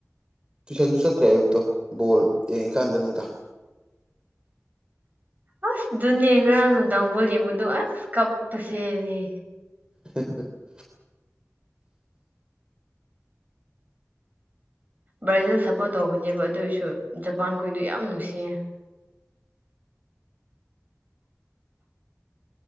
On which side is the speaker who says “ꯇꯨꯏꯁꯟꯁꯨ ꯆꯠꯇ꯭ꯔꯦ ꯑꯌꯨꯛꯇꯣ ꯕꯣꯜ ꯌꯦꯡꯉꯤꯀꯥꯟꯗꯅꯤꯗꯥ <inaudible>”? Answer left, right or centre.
Right